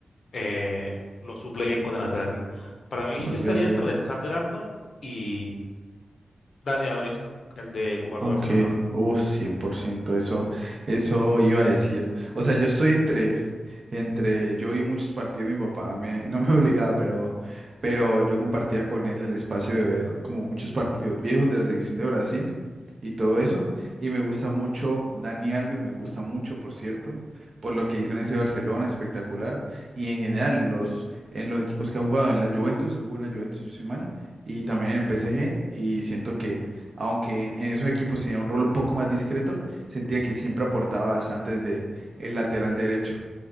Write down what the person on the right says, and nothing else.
Ok,
ok.
Ok,
uh, 100%, eso, eso iba a decir. O sea, yo estoy entre, entre, yo vi muchos partidos, mi papá me, no me <laughs> obligaba, pero, pero yo compartía con él el espacio de ver como muchos partidos viejos de la selección de Brasil y todo eso. Y me gusta mucho Dani Alves, me gusta mucho, por cierto, por lo que hizo en ese Barcelona, espectacular. Y en general, los, en los equipos que ha jugado, en la Juventus, él jugó en la Juventus, si no estoy mal, y también en el PSG, y siento que aunque en esos equipos tenía un rol un poco más discreto, sentía que siempre aportaba bastante desde el lateral derecho.